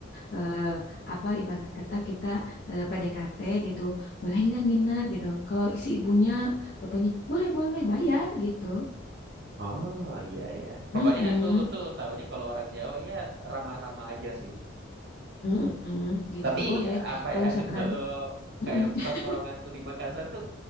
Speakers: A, on the left (about 45°); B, on the right (about 55°).
A: eh, apa ibarat kata kita eh, PDKT gitu, boleh nggak nginep gitu. Kalau si ibunya, bapaknya, boleh, boleh, bayar gitu.
B: Oh iya iya. Pokoknya
A: Mm-mm.
B: aku tuh taunya kalau orang Jawa ya ramah-ramah aja sih.
A: Mm-mm, gitu
B: Tapi
A: boleh.
B: apa
A: Kalau
B: ya
A: misalkan,
B: <laughs> kalau
A: mm-mm,
B: kayak
A: <laughs>
B: tongkronganku di Makassar tuh